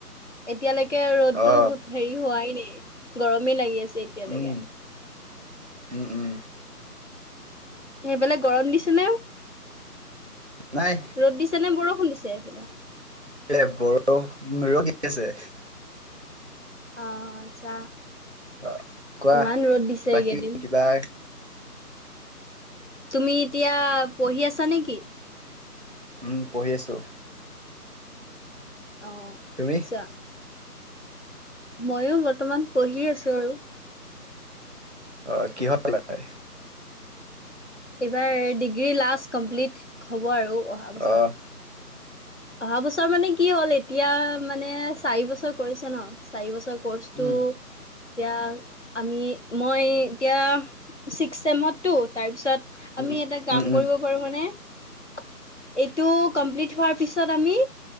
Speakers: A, on the left (about 50°); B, on the right (about 45°).
A: এতিয়ালৈকে ৰ'দটো
B: অ
A: হেৰি হোৱাই নাই গৰমেই লাগি আছে এতিয়ালেকে
B: উম উম উম
A: সেইফালে গৰম দিছে নে
B: নাই
A: ৰ'দ দিছে নে বৰষুণ দিছে সেফালে
B: এ বৰ ৰ'দ দি আছে
A: অ আচ্ছা
B: অ কোৱা
A: ইমান ৰ'দ দিছে
B: বাকী
A: এইকেইদিন
B: কিবা
A: তুমি এতিয়া পঢ়ি আছা নেকি?
B: উম পঢ়ি আছো
A: অ
B: তুমি
A: আচ্ছা ময়ো বৰ্তমান পঢ়ি আছো আৰু
B: অ কিহত পালাগে
A: এইবাৰ ডিগ্ৰী লাষ্ট কমপ্লিট হ'ব আৰু অহা বছৰ
B: আহ
A: অহা বছৰ মানে কি হ'ল এতিয়া মানে চাৰি বছৰ কৰিছে ন চাৰি বছৰ কৰ্চটো
B: উম
A: এতিয়া আমি মই এতিয়া ছিক্স চেমত টো তাৰপিছত
B: উম
A: আমি এটা কাম
B: উম উম
A: কৰিব পাৰো মানে এইটো কমপ্লিট হোৱাৰ পিছত আমি